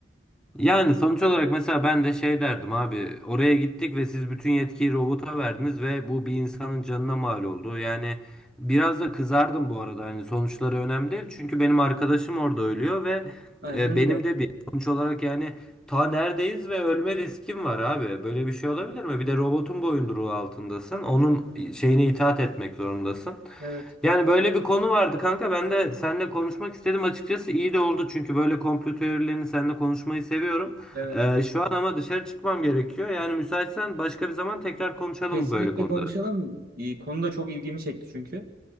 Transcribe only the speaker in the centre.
Yani sonuç olarak mesela ben de şey derdim abi oraya gittik ve siz bütün yetkiyi robota verdiniz ve bu bir insanın canına mal oldu. Yani biraz da kızardım bu arada hani sonuçları önemli değil çünkü benim arkadaşım orada ölüyor ve
e, benim
de bir sonuç olarak yani ta neredeyiz ve ölme riskim var abi böyle bir şey olabilir mi? Bir de robotun boyunduruğu altındasın onun şeyine itaat etmek zorundasın.
Yani böyle bir konu vardı kanka. Ben de seninle konuşmak istedim açıkçası. iyi de oldu çünkü böyle komplo teorilerini seninle konuşmayı seviyorum.
Ee, şu an ama dışarı çıkmam gerekiyor. Yani müsaitsen başka bir zaman tekrar konuşalım
böyle konuları.